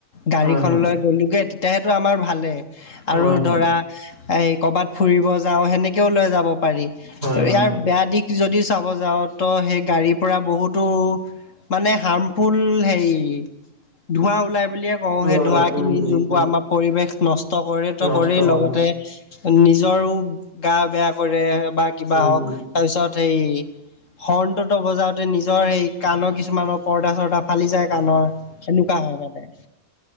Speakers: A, on the left; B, on the right.
A: গাড়ীখন
B: হয় হয়
A: লৈ গ'লোগে তেতিয়াহেটো আমাৰ ভালে
B: হয়
A: আৰু
B: হয়
A: ধৰা এই ক'ৰবাত ফুৰিব যাওঁ সেনে লৈ যাব পাৰি,
B: হয় হয়
A: ইয়াৰ বেয়া দিশ যদি চাব যাওঁ ত' সেই গাড়ীৰ পৰা বহুত তো মানে হাৰ্মফুল হেৰি ধোৱা ওলাই বুলিয়ে অ' সেই
B: হয়
A: ধোঁৱাখিনি
B: হয় উম উম
A: যোনটো
B: উম
A: আমাৰ পৰিৱেশ নষ্ট কৰেতো
B: নষ্ট
A: কৰেই
B: কৰা
A: লগতে
B: হয়
A: নিজৰো গা বেয়া কৰে বা কিবা
B: উম,
A: হওঁক।
B: উম,
A: তাৰপিছত সেই হৰ্ণটোতো বজাওতে নি নিজৰ সেই কাণৰ কিছুমানৰ পৰ্দা চৰ্দা ফালি যায় কাণৰ সেনেকুৱা হয় মানে।